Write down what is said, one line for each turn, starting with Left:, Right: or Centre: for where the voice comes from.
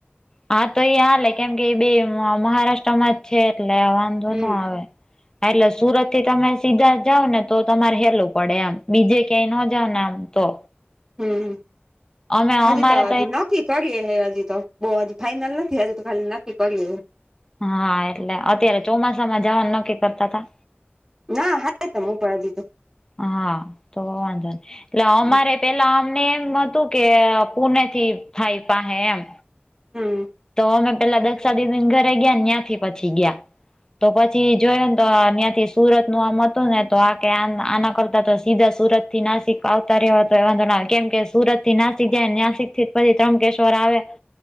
Left: હા, તો એ હાલે કેમકે એ બે મ-મહારાષ્ટ્રમાં જ છે એટલે આ વાંધો
Right: હમ
Left: ના આવે. એટલે સુરતથી તમે સીધા જાઓ ને તો તમારે હેલું પડે એમ, બીજે ક્યાંય ન જાવને આમ તો.
Right: હમ હમ.
Left: અમે અમારે
Right: હજી તો હજી નથી. કરીએ હે હજી તો. બઉ હજી ફાઈનલ નથી, હજી તો ખાલી નક્કી કરીએ હે.
Left: હા, એટલે અત્યારે ચોમાસામાં જવાનું નક્કી કરતાતા?
Right: ના હા <unintelligible> લીધું.
Left: હા, તો વાંધો નહીં. એટલે
Right: હમ
Left: અમારે પેલા આમને એમ હતું કે પુનેથી થાય પાહે એમ.
Right: હમ.
Left: તો અમે પેલા દક્ષા દીદીન ઘરે ગયા યાંથી પછી ગયા. તો પછી જોયુંન તો ન્યાથી સુરતનું આમ અતું ને તો આ કે આના કરતાં તો સીધા સુરતથી નાસિક આવતા રહ્યા હોત તો તો એ વાંધો ના આવે, કેમ કે સુરતથી નાસિક જાય નાસિકથી પછી ત્રમકેશ્વર આવે